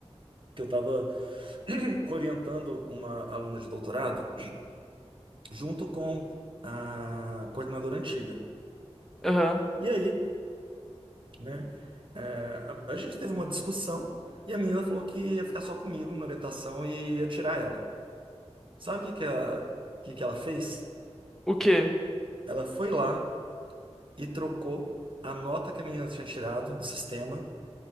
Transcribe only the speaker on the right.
que eu tava <clears throat> orientando uma aluna de doutorado junto com a coordenadora antiga.
E aí. né? É, a a gente teve uma discussão e a menina falou que ia ficar só comigo na orientação e ia tirar ela. Sabe o que que, a- que que ela fez?
Ela foi lá e trocou a nota que a menina tinha tirado no sistema